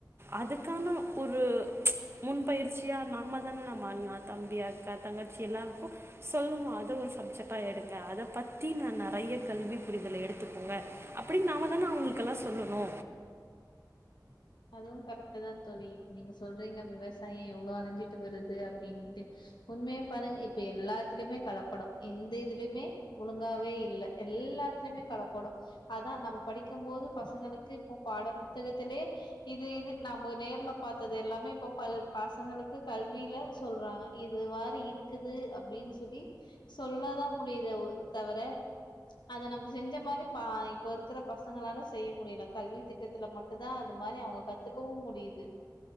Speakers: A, on the right; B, on the left.
A: அதுக்கான ஒரு முன்பயிற்சியா நாம தான நம்ம அண்ணா தம்பி அக்கா தங்கச்சி எல்லாருக்கு சொல்லலா அது ஒரு சப்ஜெட்டா எடுங்க அத பத்தி நா நறையா கல்வி புரிதல எடுத்துக்கோங்க அப்படின்னு நாம தான அவங்களுக்கெல்லா சொல்லுணு
B: அதுவு கரெக்ட்டு தா தோழி இப்ப நீங்க சொல்றீங்க விவசாயோ எவ்ளோ அழிஞ்சிட்டு வருது அப்டின்ட்டு உண்மைய பாருங் இப்ப எல்லாத்துலயுமே கலப்படோ எந்த இதுலயுமே ஒழுங்காவே இல்ல எல்லாத்துலயுமே கலப்படோ அதா நம்ம படிக்கு போது பசங்களுக்கு இப்போ பாட புத்தகத்துலே இது இது நம்ம நேர்ல பாத்தது எல்லாமே இப்ப பல் பசங்களுக்கு கல்வியில சொல்றாங்க இது வாரி இருக்குது அப்டின்னு சொல்லி சொல்லதா முடிதே ஒ தவர அத நம்ம செஞ்ச மாரி பா இப்ப இருக்கற பசங்களால செய்ய முடியல கல்வி திட்டத்துல மட்டு தா அத மாரி அவங்க கத்துக்கவு முடிது